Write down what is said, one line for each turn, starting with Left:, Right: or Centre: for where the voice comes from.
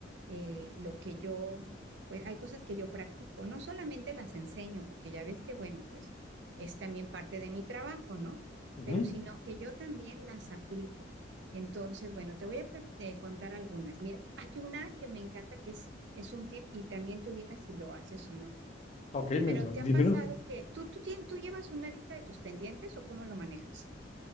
Right: eh, lo que yo, pues hay cosas que yo practico, no solamente las enseño, porque ya ves que bueno, pues es también parte de mi trabajo, ¿no?
Left: Ujú.
Right: Pero sino que yo también las aplico. Entonces, bueno, te voy a plat- eh, contar algunas. Mira, hay una que me encanta que es, es un tip y también tú dime si lo haces o no.
Left: Ok, me,
Right: Pero ¿te
Left: dímelo.
Right: ha pasado que tú, tú, tien- tú llevas una lista de tus pendientes o cómo lo manejas?